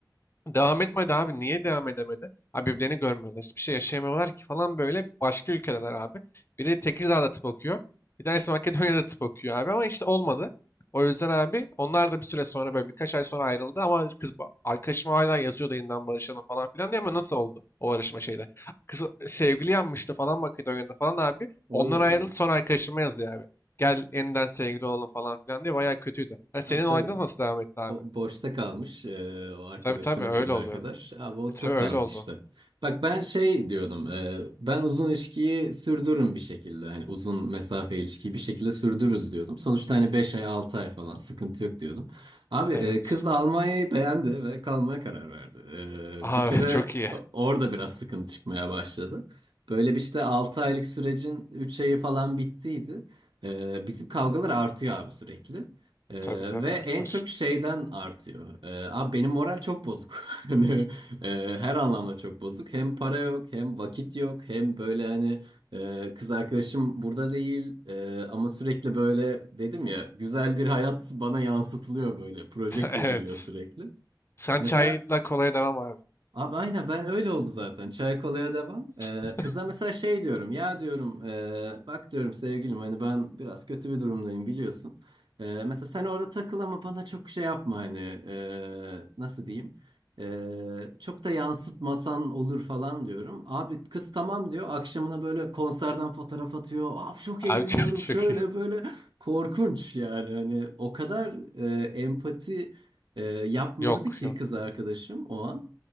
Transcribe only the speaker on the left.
Devam etmedi abi. Niye devam edemedi? Abi birbirlerini görmüyorlar. Hiçbir şey yaşayamıyorlar ki falan böyle. Başka ülkedeler abi. Biri Tekirdağ'da tıp okuyor. Bir tanesi Makedonya'da tıp okuyor abi. Ama işte olmadı. O yüzden abi onlar da bir süre sonra böyle birkaç ay sonra ayrıldı. Ama kız ba- arkadaşım hala yazıyordu yeniden barışalım falan filan diye. Ama nasıl oldu o barışma şeyde? Kız sevgili yanmıştı falan Makedonya'da falan abi.
Ondan ayrıldı sonra arkadaşıma yazıyor abi. Gel yeniden sevgili olalım falan filan diye. Bayağı kötüydü. Yani senin
olaydan nasıl devam etti abi?
Tabii tabii öyle
oluyor.
E, tabii
öyle
oldu.
Evet.
Aha
<laughs> çok iyi.
Tabii tabii
artar.
<laughs>
Evet.
Sen
çayla kolaya devam abi.
<laughs>
Abi
çok, çok
iyi.
Yok
yok.